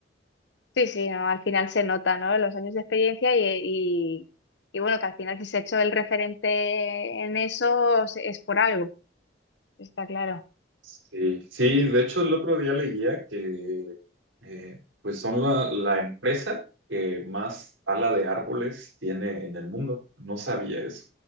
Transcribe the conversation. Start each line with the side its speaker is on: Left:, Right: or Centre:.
Left: sí, sí, no, al final se nota, ¿no? Los años de experiencia y, y, y bueno, que al final si se ha hecho el referente en eso se- es por algo, está claro.
Right: Sí, sí, de hecho el otro día leía que eh, pues son la, la empresa que más tala de árboles tiene en el mundo. No sabía eso.